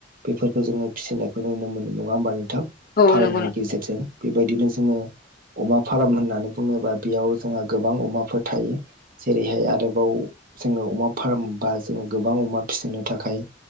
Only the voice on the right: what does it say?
बेफोरखौ जोङो फिसिनायखौ नुनो मोनो नङा होमबा नोंथां
फार्मनि
गेजेरजों बेबायदिनो जोङो अमा फार्म होननानै बुङोबा बेयाव जोंहा गोबां अमाफोर थायो जेरैहाय आरोबाव जोङो अमा फार्म बा जोङो गोबां अमा फिसिनो थाखाय